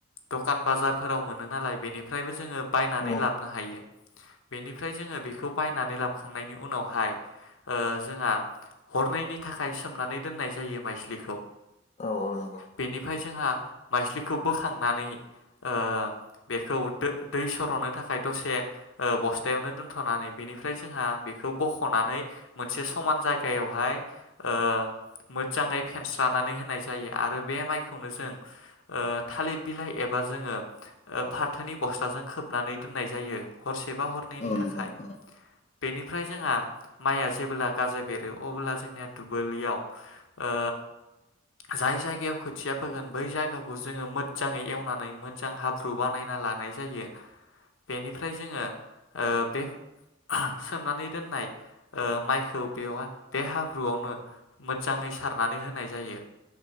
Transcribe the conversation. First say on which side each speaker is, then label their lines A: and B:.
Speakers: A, on the left (about 75°); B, on the left (about 35°).
A: दखान बाजारफोराव मोनो। नालाय बेनिफ्रायबो जोङो बायनानै
B: औ
A: लाबोनो हायो। बेनिफ्राय जोङो बेखौ बायनानै लाबखांनायनि उनावहाय ओ जोंहा हरनैनि थाखाय सोमनानै दोननाय जायो माइज्लिखौ
B: औ औ नंगौ
A: बेनिफ्राय जोंहा माइज्लिखौ बोखांनानै ओ बेखौ दो दै सर'नो थाखाय दसे ओ बस्थायावनो दोनथ'नानै बेनिफ्राय जोंहा बेखौ बख'नानै मोनसे समान जायगायावहाय ओ मोज्जाङै फेनस्रानानै होनाय जायो आरो बे माइखौनो जों ओ थालिर बिलाइ एबा जोङो ओ फाथोनि बस्थाजों खोबनानै दोननाय जायो हरसे बा हरनैनि
B: औ
A: थाखाय
B: नंगौ औ।
A: बेनिफ्राय जोंहा माइया जेबोला गाजा बेरो अब्ला जोंनिया दुबोलियाव ओ जाय जायगायाव खोथिया फोगोन बै जायगाखौ जोङो मोज्जाङै एवनानै मोज्जां हाब ब्रु बानायना लानाय जायो बेनिफ्राय जोङो ओ बे सोमनानै दोननाय ओ माइखौ बेव बे हाब्रुआवनो मोज्जाङै सारनानै होनाय जायो